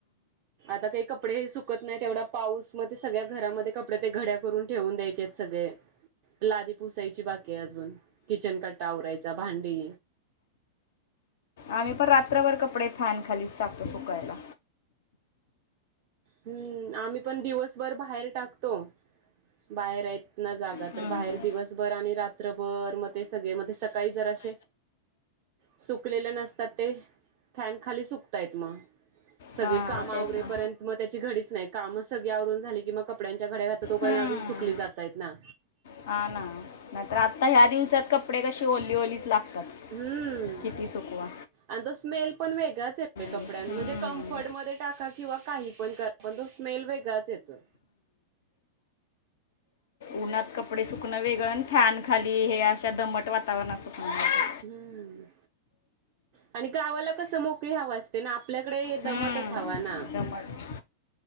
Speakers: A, on the right; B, on the left.
A: त्यात हे कपडे सुकत नाही तेवढा पाऊस मध्ये सगळ्या घरामध्ये कपडे ते घड्या करून ठेवून द्यायचेत सगळे लादी पुसायची बाकीय अजून किचन कट्टा आवरायचा भांडी
B: आम्ही पण रात्रभर कपडे फॅन खालीच टाकतो सुकायला
A: हम्म आम्ही पण दिवसभर बाहेर टाकतो बाहेर आहेत ना जागा
B: हम्म.
A: तर बाहेर दिवसभर आणि रात्रभर मग ते सगळे मध्ये स सकाळी जरा असे सुकलेले नसतात ते फॅन खाली सुकतायत मग सगळी
B: हा
A: काम आवरेपर्यंत
B: तेच ना
A: मग त्याची घडीच नाही कामच सगळी आवरून झाली कि मग कपड्यांच्या घड्या घातात तो पण
B: हम्म.
A: अजून सुकली जातय ना
B: हा ना नाहीतर आता ह्या दिवसात कपडे कसे ओली ओलीच लागतात
A: हम्म
B: किती सुकवा
A: आणि तो स्मेल पण वेगळाच येतोय
B: हम्म.
A: कपड्यां म्हणजे क फड मध्ये टाका किंवा काही पण करा पण तो स्मेल वेगळाच येतोय
B: उन्हात कपडे सुकणं वेगळं आणि फॅन खाली हे अशा दमट वातावरणात सुकणं वेग
A: हम्म आणि गावाला कसं मोकळी हवं असते ना आपल्याकडे हे दमटच
B: हम्म.
A: हवा ना
B: दमट